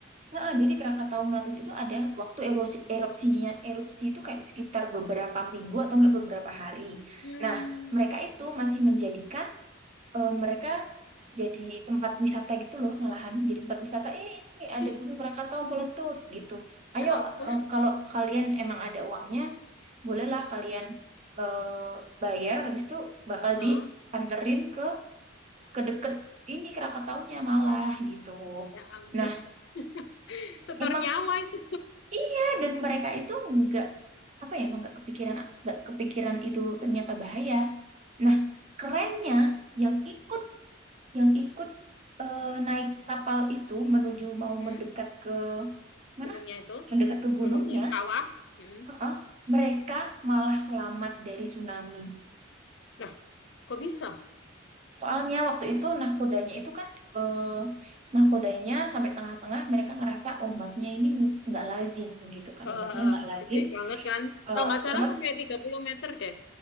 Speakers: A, on the right; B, on the left.
A: Nah, jadi Krakatau meletus itu ada waktu erosi, erupsinya, erupsi itu kayak sekitar beberapa minggu atau enggak beberapa hari.
B: Hmm.
A: Nah, mereka itu masih menjadikan eh, mereka jadi tempat wisata gitu loh, malahan jadi tempat wisata. Eh, ini nih ada
B: Ih,
A: Gunung Krakatau meletus gitu. Ayo,
B: Ya ampun.
A: eh, kalau kalian emang ada uangnya, bolehlah kalian eh, bayar. Habis itu bakal
B: Oh.
A: dianterin ke kedeket ini Krakataunya malah gitu.
B: Ya ampun.
A: Nah,
B: <laughs> Setor
A: emang
B: nyawa itu.
A: iya dan mereka itu nggak apa ya, emang nggak kepikiran nggak kepikiran itu ternyata bahaya. Nah, kerennya yang ikut yang ikut eh, naik kapal itu menuju mau
B: Hmm,
A: mendekat ke mana?
B: Gunungnya itu.
A: Mendekat ke gunungnya,
B: Gunungnya itu kawah. Hmm.
A: heeh, mereka malah selamat dari tsunami.
B: Nah, kok bisa?
A: Soalnya waktu itu nahkodanya itu kan eh, nahkodanya sampai tengah-tengah mereka ngerasa ombaknya ini nggak lazim gitu kan
B: Eh, eh,
A: ombaknya nggak lazim.
B: eh, gede banget kan?
A: Eh,
B: Kalau nggak salah
A: otomatis
B: sampai 30 meter deh.